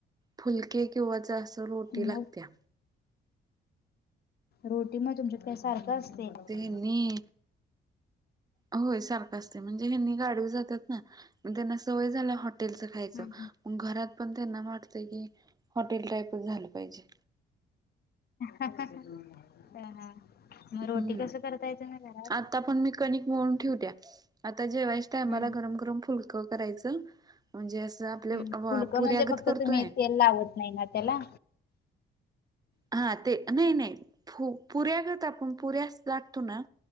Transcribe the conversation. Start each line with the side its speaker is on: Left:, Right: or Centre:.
Right: फुलके किंवा म्हणजे असं रोटी लागत्या.
Left: मग रोटी मग, तुमच्यात म सारखं असतयं काय?
Right: नाही होय सारखं असतय, म्हणजे हेनी गाडीवर जात्यात ना त्यांना सवय झाल्या, हॉटेलच खायचं
Left: हम्म.
Right: मग घरात पण त्यांना वाट की हॉटेल टाईपच झालं पाहिजे.
Left: हा हा, मग
Right: हम्म
Left: रोटी कस करताय तुम्ही घरात?
Right: आता पण मी कणिक मळून ठेवत्या, आता जेवायच्या टायमाला
Left: हम्म
Right: गरम गरम फुलक करायचं म्हणजे असं आपल्या
Left: हम, फुलकं
Right: पुऱ्यागत
Left: म्हणजे फक्त
Right: करतो
Left: तुम्ही
Right: नाही
Left: तेल लावत नाही ना त्याला?
Right: हा ते नाही नाही, फु- पुऱ्या करतो आपण पुऱ्या असं लाटतो ना